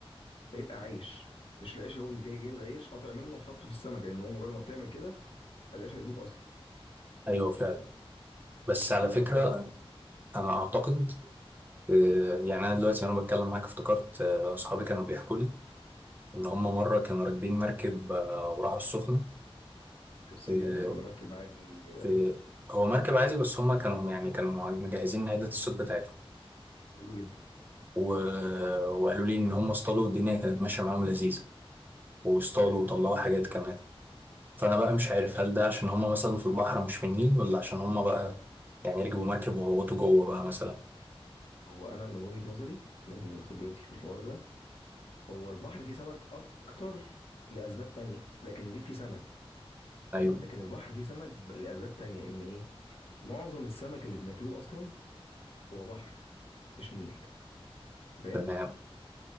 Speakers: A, on the left; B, on the right.
A: فيبقى عيش مش العيش اللي هو جاي جايب العيش قاطع منه وحطه في السمك لان هو مجرد ما بتعمل كده العيش هيدوب اصلا
B: ايوه فعلا بس
A: فهو
B: على فكرة انا اعتقد آه، يعني انا دلوقتي وانا بتكلم معاك افتكرت آه، اصحابي كانوا بيحكوا لي ان هم مرة كانوا راكبين مركب آه، وراحوا السخنة
A: مركب صيد
B: آه،
A: يعني ولا مركب عادي
B: آه، هو مركب عادي بس هم كانوا يعني كانوا مجهزين عدة الصوت بتاعتهم
A: حلو جدا
B: و... وقالوا لي ان هم اصطادوا الدنيا كانت ماشيه معاهم لذيذه واصطادوا
A: حلو
B: وطلعوا حاجات كمان فانا بقى مش عارف هل ده عشان هم مثلا في البحر مش في النيل ولا عشان هم بقى يعني ركبوا مركب وغوطوا جوه بقى مثلا
A: بس هو انا من وجهة نظري من من خبرتي في الحوار ده هو البحر فيه سمك اكتر لاسباب تانية لكن النيل فيه سمك
B: ايوه
A: لكن البحر فيه سمك ب- لاسباب تانية ان ايه معظم السمك اللي بناكلوه اصلا هو بحر مش نيل انت فاهم
B: تمام